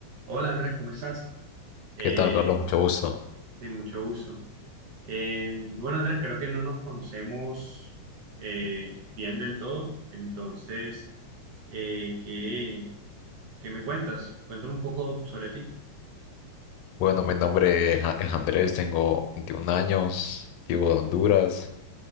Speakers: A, on the right (about 55°); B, on the left (about 80°).
A: Hola Andrés, ¿cómo estás? Eh,
B: ¿Qué tal, Carlos? Mucho gusto.
A: sí, mucho gusto. Eh, y bueno Andrés, creo que no nos conocemos eh, bien del todo, entonces, eh, ¿qué, qué me cuentas? Cuéntame un poco sobre ti.
B: Bueno, mi nombre es A- es Andrés, tengo 21 años, vivo de Honduras